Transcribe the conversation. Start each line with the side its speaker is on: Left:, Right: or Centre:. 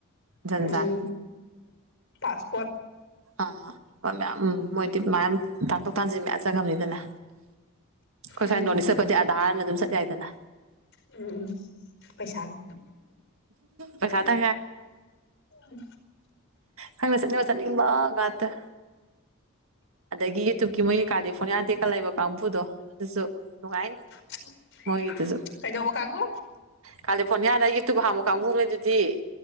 Right: ꯖꯟꯖꯥꯠ
Left: ꯎꯝ ꯄꯥꯁꯄꯠ
Right: ꯑ ꯃ ꯎ ꯃꯣꯏꯗꯤ ꯃꯌꯥꯝ ꯇꯥ ꯀꯥꯟ ꯃꯖ ꯅꯤꯗꯅ ꯑꯩꯣꯏ
Left: ꯎꯝ
Right: ꯁ꯭ꯋꯥꯥꯏ ꯅꯣꯇ ꯆꯠꯄꯁꯦ ꯑꯙꯥꯔꯅ ꯑꯗꯨꯝ ꯆꯠ ꯌꯥꯏꯗꯅ
Left: ꯎꯝ ꯎꯝ ꯄꯩꯁꯥꯗ
Right: ꯄꯩꯁꯥꯇ
Left: ꯎ
Right: ꯈꯁ ꯃꯁꯅꯤꯕ ꯉꯠꯇ ꯑꯗꯒꯤ ꯌꯨꯇꯨꯕꯀꯤ ꯃꯣꯏꯒꯤ ꯀꯥꯔꯂꯤꯐꯣꯅꯤꯌꯥ ꯇꯦꯛꯀꯠꯂꯕ ꯀꯥꯡꯕꯨꯗꯣ ꯑꯗꯨꯁꯨ ꯅꯨꯡꯉꯥꯏꯅꯤ
Left: <inaudible> <inaudible>
Right: ꯃꯣꯏꯒꯤꯗꯨꯁꯨ
Left: ꯀꯩꯗꯧꯕ ꯀꯥꯡꯕꯨ
Right: ꯀꯥꯂ ꯐꯣꯟ ꯌꯥꯗ ꯌꯇꯨ ꯍꯥꯡꯃꯨ ꯀꯥꯡꯕꯨꯅꯦ ꯑꯗꯨꯗꯤ